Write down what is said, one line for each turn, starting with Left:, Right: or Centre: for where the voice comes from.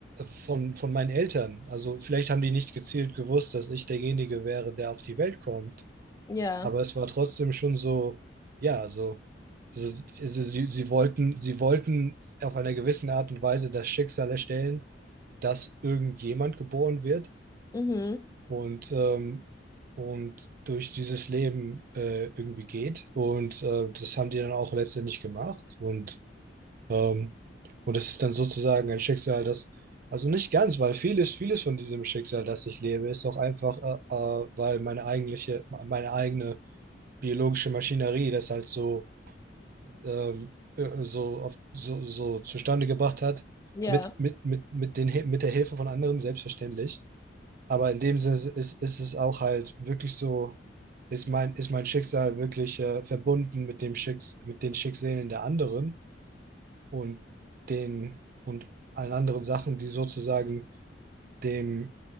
Right: von, von meinen Eltern. Also vielleicht haben die nicht gezielt gewusst, dass ich derjenige wäre, der auf die Welt kommt.
Left: Ja.
Right: Aber es war trotzdem schon so, ja, so, so so- sie, sie wollten, sie wollten auf einer gewissen Art und Weise das Schicksal erstellen, dass irgendjemand geboren wird
Left: Mhm.
Right: und, ähm, und durch dieses Leben äh, irgendwie geht. Und äh, das haben die dann auch letztendlich gemacht. Und, ähm, und das ist dann sozusagen ein Schicksal, das, also nicht ganz, weil vieles, vieles von diesem Schicksal, das ich lebe, ist auch einfach, äh, äh, weil meine eigentliche, meine eigene biologische Maschinerie das halt so, ähm, äh, so, auf, so, so zustande gebracht hat,
Left: Ja.
Right: mit, mit, mit, mit, den, He- mit der Hilfe von anderen, selbstverständlich. Aber in dem Sinne ist, ist es auch halt wirklich so, ist mein, ist mein Schicksal wirklich äh, verbunden mit dem Schicks, mit den Schicksalen der anderen und den und allen anderen Sachen, die sozusagen dem,